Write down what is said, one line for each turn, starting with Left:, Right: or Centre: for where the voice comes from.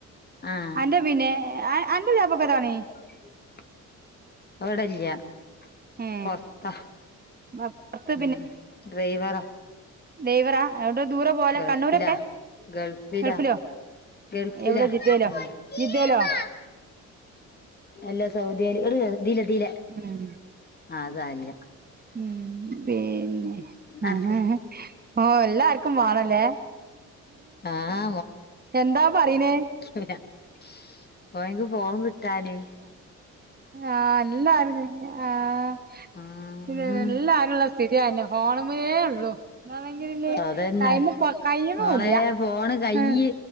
Left: ആഹ്
Right: അന്റെ പിന്നെ അന്റെ വാപക്കതാണ
Left: പി <unintelligible> വിടല്ലയാ
Right: ഏ
Left: പുറത്താ
Right: പുറത്ത്
Left: ഉം ഡ്രൈവർ
Right: ഡ്രൈവറാ അടെ ദൂരെ പോലെ
Left: ഗൾഫിലാ
Right: കണ്ണൂരക്കെ
Left: ഗൾഫിലാ
Right: ഗൾഫിലോ
Left: ഗൾഫിലാ
Right: എവിടെ ജിദ്ദയിലോ
Left: ആഹ്
Right: ജിദ്ദേലോ
Left: അല്ലാ സൗദിയില് ഇങ്ങട്ട് കേറ് ഇതിലെ ഇതിലെ
Right: ഉം
Left: അത് സാരല്ല
Right: ഉം പിന്നെ
Left: നടക്ക്
Right: ഓഹ് എല്ലാർക്കും വേണല്ലേ
Left: ആഹ്
Right: എന്താ പറയുന്നേ
Left: ഒന്നുല്ല ഓന്ക്ക് ഫോൺ കിട്ടാനെയ്
Right: ആഹ് എഎല്ലാർക്കും ആഹ്
Left: ആഹ്
Right: പിന്നെ എല്ലാരുള്ള സ്ഥിതി അതെന്നെ ഫോണ് മ്മലെ ഉള്ളു <unintelligible>
Left: അതന്നെ
Right: ടൈമ് കഴിയണൂല്ല
Left: മോളെ ഫോണ് കയ്യ്
Right: ആഹ്